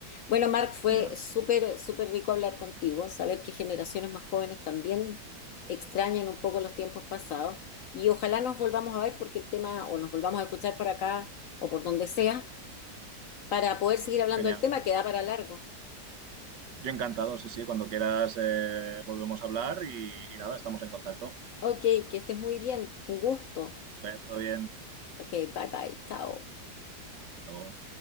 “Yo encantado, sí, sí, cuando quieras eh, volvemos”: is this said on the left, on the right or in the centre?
Right